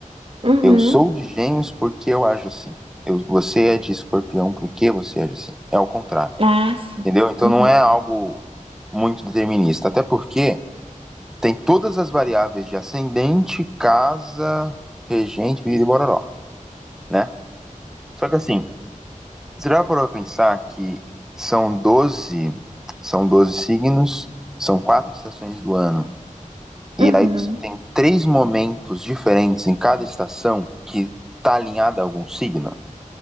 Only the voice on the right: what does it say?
Uhum.
Ah, sim.
Uhum.
Uhum.